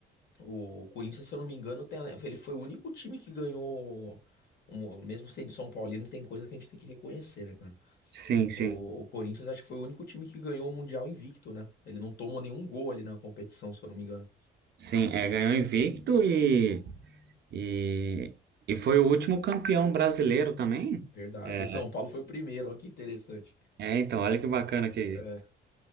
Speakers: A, on the left; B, on the right.
A: o Corinthians, se eu não me engano, tem, a- ele foi o único time que ganhou. um- Mesmo sendo São Paulino, tem coisa que a gente tem que reconhecer, né, cara?
B: sim, sim.
A: O, o Corinthians acho que foi o único time que ganhou o Mundial invicto, né? Ele não tomou nenhum gol ali na competição, se eu não me engano.
B: Sim, é, ganhou invicto e E, e foi o último campeão brasileiro também?
A: Verdade.
B: É,
A: E o São Paulo foi o primeiro, olha que interessante.
B: é, então, olha que bacana que.
A: É.